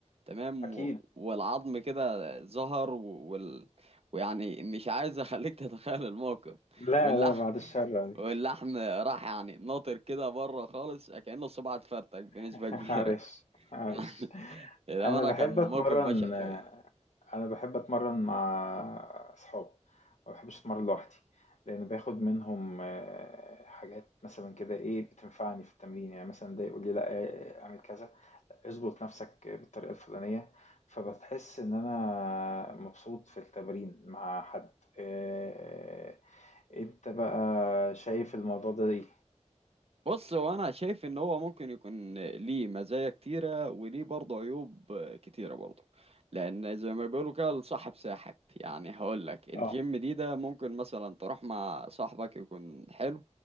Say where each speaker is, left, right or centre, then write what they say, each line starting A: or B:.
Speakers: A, on the right; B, on the left.
A: تمام
B: أكيد.
A: و... والعظم كده ظهر و... وال... ويعني مش عايز أخليك <laughs> تتخيل الموقف
B: لا،
A: واللحم
B: لا بعد الشر عليك.
A: واللحم راح يعني ناطر كده بره خالص كأنه الصباع اتفرتك بنسبة
B: <laughs>
A: كبيرة
B: معلش، معلش.
A: <laughs> للأمانة
B: أنا باحب
A: كان
B: أتمرّن
A: موقف بشع شوية
B: أنا باحب أتمرّن مع أصحابي، ما باحبش أتمرّن لوحدي، لإن باخد منهم آه، حاجات مثلًا كده إيه، بتنفعني في التمرين، يعني مثلًا ده يقول لي لأ آآ اعمل كذا، اضبط نَفْسك بالطريقة الفُلانية، فبتحس إن أنا مبسوط في التمرين مع حد. <laughs> آآ أنت بقى شايف الموضوع ده إيه؟
A: بص هو انا شايف ان هو ممكن يكون ليه مزايا كتيره وليه برضه عيوب كتيره برضه لان زي ما بيقولوا كده الصاحب ساحب يعني هقول لك الجيم
B: آه
A: دي ده ممكن مثلا تروح مع صاحبك يكون حلو